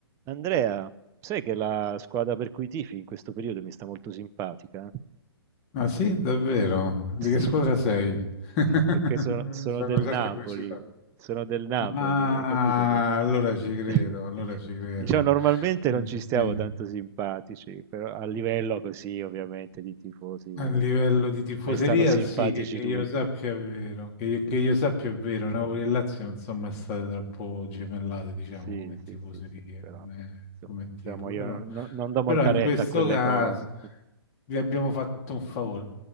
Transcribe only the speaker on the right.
Andrea, sai che la squadra per cui tifi in questo periodo mi sta molto simpatica? <laughs>
Sì,
perché sono,
sono del
Napoli,
sono del Napoli,
hai capito? Per-
<laughs>
Diciamo, normalmente
non ci stiamo
tanto simpatici, però a livello così, ovviamente, di tifosi, a
me stanno simpatici
tutti.
Sì,
sì, sì, sì, però
vabbè, insomma,
diciamo,
io
no- non do
molta
retta
a quelle
cose.